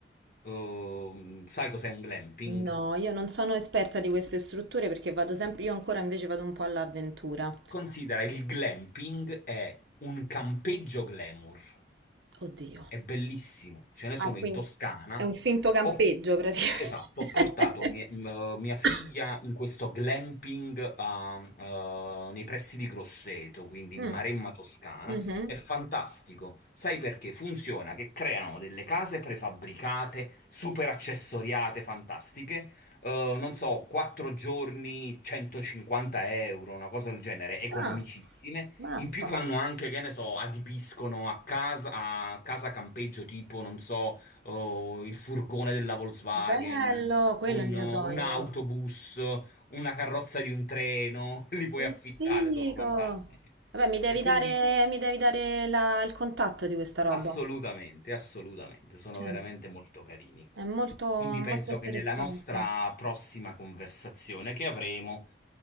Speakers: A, on the left; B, on the right.
A: eh, sai cos'è un glamping?
B: No, io non sono esperta di queste strutture perché vado sempre... Io ancora invece vado un po' all'avventura.
A: Considera il glamping è un campeggio glamour.
B: Oddio.
A: È bellissimo, ce ne
B: Ah,
A: sono
B: quindi
A: in Toscana.
B: è un finto campeggio
A: Ho,
B: praticamente.
A: esatto,
B: <coughs>
A: ho portato mia, m- mia figlia
B: <laughs>
A: in questo glamping a- eh, nei pressi di Grosseto, quindi in
B: Mm,
A: Maremma Toscana.
B: mhm.
A: È fantastico. Sai perché? Funziona che creano delle case prefabbricate, super accessoriate, fantastiche, eh, non so, 4 giorni, 150 euro, una cosa del genere, economicissime.
B: Ah, mappa.
A: In più fanno anche, che ne so, adibiscono a casa, a casa campeggio tipo, non so, oh, il furgone della Volkswagen,
B: Bello, quello
A: un,
B: è il mio
A: un
B: sogno.
A: autobus, una carrozza di un treno, <laughs> li puoi
B: Che
A: affittare,
B: figo.
A: sono fantastici.
B: Vabbè, mi devi
A: E quindi
B: dare, mi devi dare la- il contatto di questa roba.
A: assolutamente, assolutamente, sono
B: Cioè,
A: veramente molto carini.
B: è molto, molto
A: Quindi penso
B: interessante.
A: che nella nostra prossima conversazione che avremo,